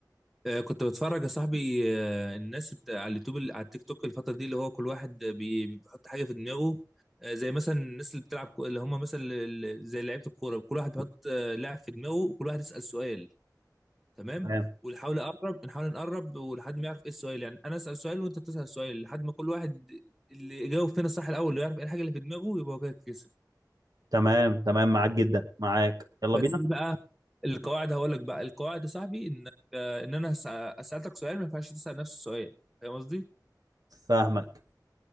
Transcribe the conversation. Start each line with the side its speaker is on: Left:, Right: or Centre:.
Centre: آه كنت بتفرج يا صاحبي آه الناس بتاع على اليوتيوب اللي على التيك توك الفتره دي اللي هو كل واحد بي- بيحط حاجه في دماغه آه زي مثلا الناس اللي بتلعب كو- اللي هم مثلا ال- ال- زي لعيبه الكوره كل واحد بيحط آه لاعب في دماغه وكل واحد يسال سؤال تمام
Right: تمام
Centre: ونحاول نقرب نحاول نقرب ولحد ما يعرف ايه السؤال يعني انا اسال سؤال وانت تسال سؤال لحد ما كل واحد اللي يجاوب فينا صح الاول ويعرف ايه الحاجه اللي في دماغه يبقى هو كده كسب
Right: تمام تمام معاك جدا معاك يلا
Centre: بس
Right: بينا
Centre: ايه بقى القواعد هقول لك بقى القواعد يا صاحبي ان آه، ان انا هس- اسالك سؤال ما ينفعش تسال نفس السؤال فاهم قصدي؟
Right: فاهمك